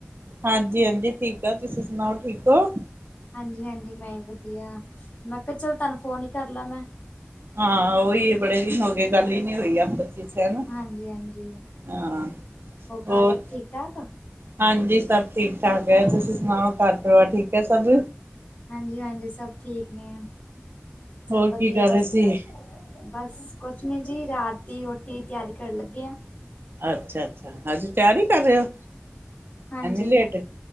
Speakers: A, on the right; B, on the left.
A: ਹਾਂਜੀ, ਹਾਂਜੀ, ਠੀਕ ਆ। ਤੁਸੀਂ ਸੁਣਾਓ! ਠੀਕ ਹੋ।
B: ਹਾਂਜੀ, ਹਾਂਜੀ, ਮੈਂ ਵਧੀਆ। ਮੈਂ ਕਿਹਾ- ਚਲੋ, ਤੁਹਾਨੂੰ ਫੋਨ ਹੀ ਕਰ ਲੈ ਮੈਂ।
A: ਹਾਂ, ਉਹੀ ਬੜੇ ਦਿਨ ਹੋ ਗਏ। ਗੱਲ ਹੀ ਨਹੀਂ ਹੋਈ ਆਪ ਹਨ
B: ਹਾਂਜੀ-ਹਾਂਜੀ
A: ਹਾਂ, ਹੋਰ
B: ਘਰ ਸਭ ਠੀਕ ਠਾਕ?
A: ਹਾਂਜੀ, ਸਭ ਠੀਕ ਠਾਕ ਹੈ। ਤੁਸੀਂ ਸੁਣਾਓ! ਘਰ ਪਰਿਵਾਰ ਠੀਕ ਹੈ ਸਭ।
B: ਹਾਂਜੀ, ਹਾਂਜੀ। ਸਭ ਠੀਕ ਨੇ, ਸਭ
A: ਹੋਰ
B: ਵਧੀਆ
A: ਕੀ ਕਰ ਰਹੇ
B: ਫਸਟ
A: ਸੀ?
B: ਕਲਾਸ। ਬਸ ਕੁਛ ਨਹੀਂ ਜੀ ਰਾਤ ਦੀ ਰੋਟੀ ਦੀ ਤਿਆਰੀ ਕਰਨ ਲੱਗੇ ਆ
A: ਅੱਛਾ, ਅੱਛਾ। ਹਜ ਤਿਆਰ ਹੀ ਕਰ ਰਹੇ ਹੋ।
B: ਹਾਂਜੀ,
A: ਐਨੀ ਲੇਟ